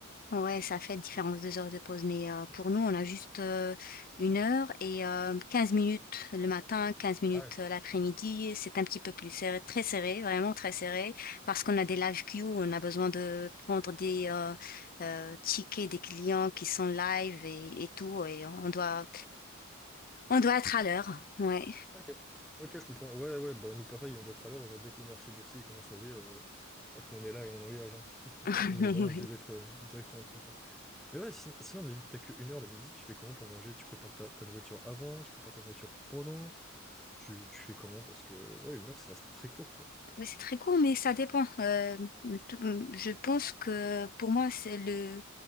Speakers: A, on the left (about 45°); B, in the centre.
A: Ouais, ça fait différence deux heures de pause, mais euh,
B: Mm.
A: pour nous, on a juste euh, une heure et euh, 15 minutes le matin, quinze minutes
B: Ah ouais,
A: euh, l'après-midi. C'est un petit peu plus serré, très serré, vraiment très serré, parce qu'on a des live queues, on a besoin de prendre des euh, euh, tickets des clients qui sont live et, et tout, et on doit, on doit être à l'heure. Ouais.
B: ok. Ok je comprends. Ouais ouais bah nous pareil on doit être à l'heure. Genre dès que le marché boursier commence à ouvrir, euh, hop on est là et on engage. hein.
A: <laughs>
B: On est vraiment
A: Oui.
B: obligé d'être euh, directement présent. Mais ouais sin- sinon, mais vu que t'as que une heure le midi, tu fais comment pour manger? Tu prépares ta, ta nourriture avant, tu prépares ta nourriture pendant. Tu, tu fais comment? Parce que ouais, une heure, ça reste très court, quoi.
A: Oui, c'est très court, mais ça dépend. Euh, tout- je pense que pour moi, c'est le,